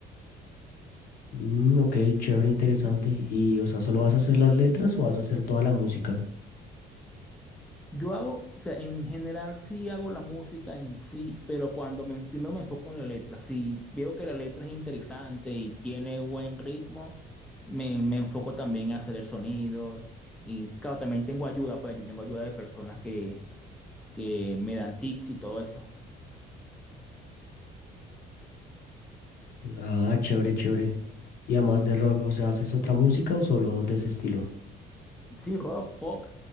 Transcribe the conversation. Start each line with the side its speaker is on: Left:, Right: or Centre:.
Left: Mm, ok, chévere, interesante. ¿Y, o sea, solo vas a hacer las letras o vas a hacer toda la música?
Centre: Yo hago, o sea, en general sí hago la música en sí, pero cuando me, primero me enfoco en la letra, si veo que la letra es interesante y tiene buen ritmo, me, me enfoco también a hacer el sonido. Y claro, también tengo ayuda, pues yo tengo ayuda de personas que, que me dan tips y todo eso.
Left: Ah, chévere, chévere. Y además de rock, o sea, ¿haces otra música o solo de ese estilo?
Centre: Sí, rock, pop.